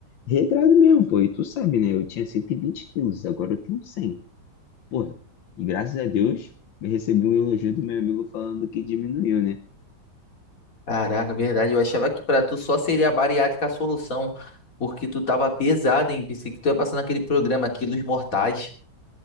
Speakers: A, on the left; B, on the left.
A: regrado mesmo, pô, e tu sabe, né? Eu tinha 120 quilos, agora eu tenho 100. Porra, e graças a Deus eu recebi um elogio do meu amigo falando que diminuiu, né?
B: Caraca, verdade. Eu achava que pra tu só seria a bariátrica a solução, porque tu tava pesada, hein? Pensei que tu ia passar naquele programa Quilos Mortais.